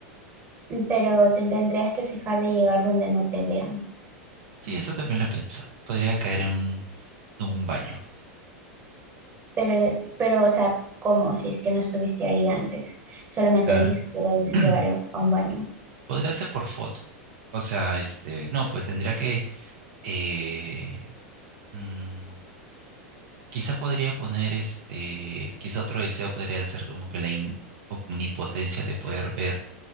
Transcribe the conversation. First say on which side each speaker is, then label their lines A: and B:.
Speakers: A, on the right (about 25°); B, on the right (about 60°).
A: Pero te tendrías que fijar de llegar donde no te vean.
B: Sí, eso también lo he pensado. Podría caer en un, en un baño,
A: Pero, pero, o sea, ¿cómo? Si es que no estuviste ahí antes. Solamente
B: claro.
A: dices que quiero llegar
B: <clears throat>
A: a a un baño.
B: Podría ser por foto. O sea, este, no, pues tendría que, eh, mm, quizá podría poner, este, quizá otro deseo podría ser como que la in- omnipotencia de poder ver